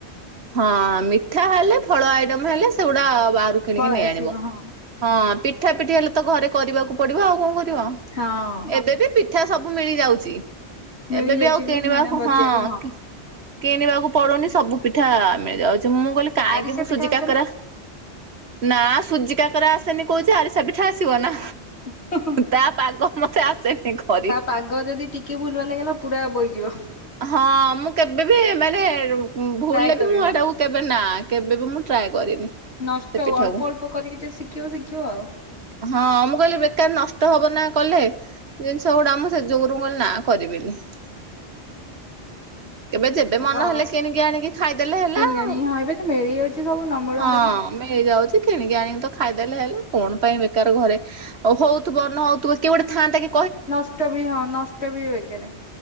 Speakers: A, on the right; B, on the left.
A: ହଁ ମିଠା ହେଲେ ଫଳ ଆଇଟମ ହେଲେ ସେଗୁଡା । ବାହାରୁ କିଣିକି
B: ପଳେଇ
A: ନେଇ
B: ଆସିବ
A: ଆଣିବ
B: ହଁ
A: ହଁ ପିଠା ପିଠି ହେଲେ । ଘରେ କରିବାକୁ ପଡିବ ଆଉ କଣ କରିବା
B: ହଁ
A: ଏବେ ବି ପିଠା ସବୁ ସବୁ ମିଳି ଯାଉଛି।
B: ମିଳିଯାଉଛି
A: ଏବେ ବି ଆଉ କିଣିବାକୁ
B: କିଣା ବଜାରରୁ
A: ହଁ କିଣିବାକୁ ପଡୁନି ସବୁ ପିଠା ମିଳି ଯାଉଛି ମୁଁ କହିଲି କାହିଁକି
B: ଆରିସା
A: ମୁଁ
B: ପିଠା
A: ସୁଜି
B: ଆସେ
A: କାକରା
B: ନା
A: ନା ସୁଜି କାକରା ଆସେନି କହୁଚି ଆରିସା ପିଠା ଆସିବ ନା
B: ହୁଁ ହୁଁ
A: ତା ପାଗ ମତେ ଆସେନି କରି।
B: ତା ପାଗ ଯଦି ଟିକେ ଭୁଲ ଭାଲ ହେଇଗଲା ପୁରା ବହି ଯିବ ।
A: ହଁ ମୁଁ କେବେ ବି ମାନେ ଭୁଲରେ
B: ଟ୍ରାଏ କରିନ।
A: ବି ମୁଁ ଏଟାକୁ କେବେ ନା କେବେ ବି ମୁଁ ଟ୍ରାଏ କରିନି
B: ନଷ୍ଟ
A: ସେ ପିଠାକୁ
B: ଅଳ୍ପ ଅଳ୍ପ କରିକି ଯ ଶିଖିବ ଶିଖିବ ଆଉ
A: ହଁ ମୁଁ କହିଲି ବେକାର ନଷ୍ଟ ହବ ନା କଲେ ଜିନିଷ ଗୋଟା ଆମ ସେ ଯୁଗରୁ କହ ନା କରିବିନି । କେବେ ଯେବେ
B: ତାପରେ
A: ମନ ହେଲେ କିଣିକି ଆଣିକି ଖାଇଦେଲେ ହେଲା
B: କିଣିଆଣି
A: ଆଉ
B: ହଁ ଏବେ ତ ମିଳିଯାଉଛି ସବୁ ନ ମିଳନ୍ତା
A: ହଁ
B: କି
A: ମିଳିଯାଉଛି । କିଣିକି ଆଣିକି ତ ଖାଇଦଲେ ହେଲା କଣ ପାଇଁ ବେକାର ଘରେ ଆଉ ହଉଥିବ ନ ହଉଥିବ କିଏ ଗୋଟେ ଥାନ୍ତା କି?
B: ନଷ୍ଟ ବି ହଁ ନଷ୍ଟ ବି ବେକେରେ